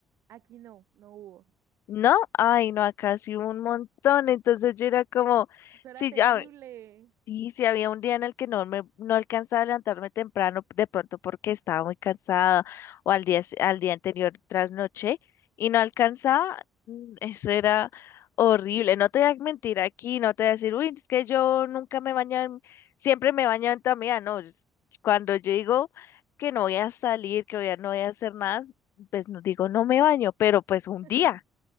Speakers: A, on the right; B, on the left.
A: Aquí no, no hubo.
B: No, ay, no, acá sí hubo un montón. Entonces yo era como,
A: Eso era
B: sí,
A: terrible.
B: ya, Sí, sí, había un día en el que no me, no alcanzaba a levantarme temprano, de pronto porque estaba muy cansada, o al día, s- al día anterior trasnoché, y no alcanzaba, mm, eso era horrible, no te voy a mentir aquí, no te voy a decir, uy, es que yo nunca me baño, en- siempre me baño en toda mi vida", no, es- cuando yo digo que no voy a salir, que voy a- no voy a hacer nada, pues no digo no me baño, pero pues un
A: <laughs>
B: día,